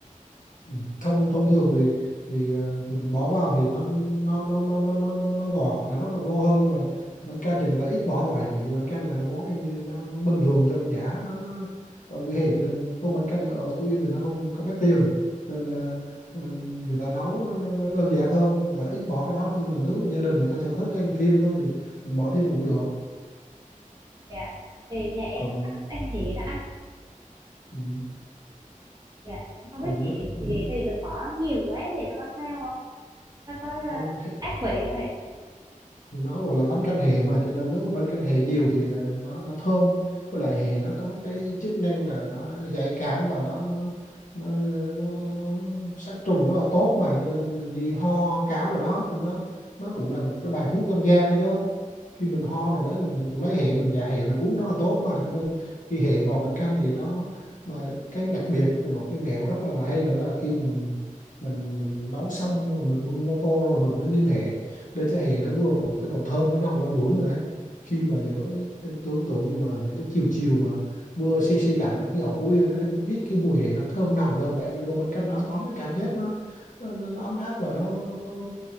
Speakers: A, on the left (about 70°); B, on the right (about 30°).
A: Ừ. thông thông thường thì thì ờ, thì mình bỏ vào thì nó nó nó nó nó nó nó, nó ngọt nó còn ngon hơn nhưng mà bánh canh thì người ta ít bỏ hoài tại vì bánh canh là cái món ăn nó, nó bình thường dân dã nó nó ở vỉa hè cho nên tô bánh canh ở Phú Yên thì nó không không mất tiền nên ờ, ờ, người ta nấu nó, nó nó đơn giản hơn người ta ít bỏ cái đó nhưng mà nếu mà gia đình mình có sở thích ăn thêm á, thì mình bỏ thêm cũng được
B: Dạ. Thì nhà em
A: còn
B: có thích ăn hẹ đó anh.
A: ừ,
B: Dạ. Không
A: còn
B: biết
A: nữa
B: hẹ
A: ừ,
B: thì thì mình bỏ nhiều quá thì nó có sao không? Nó có ờ,
A: không
B: ác vị không hề?
A: nó gọi là bánh canh hẹ mà cho nên nếu mà bánh canh hẹ nhiều thì à, nó nó thơm với lại hẹ nó có cái chức năng là nó giải cảm và nó nó nó nó nó, nó sát trùng rất là tốt mà cho nên mình như ho cảm rồi đó thì nó nó cũng là một cái bài thuốc dân gian đó chứ khi mình ho rồi đấy lấy hệ mình dạ hệ mình uống rất là tốt mà cho nên khi hệ vào bánh canh thì nó mà cái đặc biệt thì một cái mẹo rất là, là hay nữa là khi mình mình mình mình nấu xong rồi mình bưng ra tô rồi mình mới nêm hệ để cho hệ nó vừa còn cái độ thơm nó nồng lên mũi mình đấy khi mà giữa cái em tưởng tượng như mà những cái chiều chiều mà mưa se se lạnh ở cái hậu Phú Yên đó em hít cái mùi hệ nó thơm nồng lên và ăn cái tô bánh canh nó ấm ấm cái cảm giác nó nó, nó, nó ấm áp và nó nó, nó nó nó